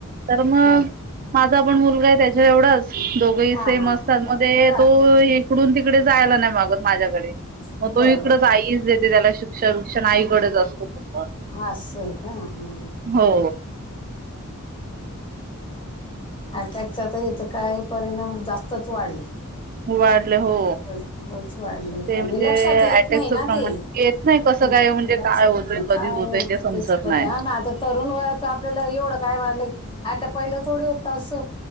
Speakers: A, on the right; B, on the left.
A: तर मग
B: हां
A: माझा पण मुलगा आहे त्याच्या एवढाच, दोघही
B: हां
A: सेम
B: हां
A: असतात मध्ये
B: राहतात
A: तो
B: ना
A: ईकडून तिकडे जायला नाही मागत माझ्याकडे, मग
B: बरं
A: तो इकडच
B: बरं
A: आईच
B: बरं
A: त्याला शिक्षण विक्षण आईकडच असतो. तो पण.
B: आसय का हा हा.
A: हो!
B: अटॅकचा तर इथं काही परिणाम जास्तच वाढले.
A: वाढले हो
B: खूपच खूपच वाढले,
A: ते
B: आणि
A: म्हणजे
B: लक्षात येत
A: अटॅकचं
B: नाही ना
A: प्रमाण
B: ते.
A: येत नाही
B: हूं
A: कसं काय म्हणजे
B: लक्षात
A: काय होतंय
B: येत नाही,
A: कधी
B: काय
A: होतंय
B: घडतं
A: ते समजत
B: तेच कळत
A: नाही
B: आ मं आता. तरुण वयात आपल्याला एवढं काय मानलं की आता पहिलं थोडी होत असं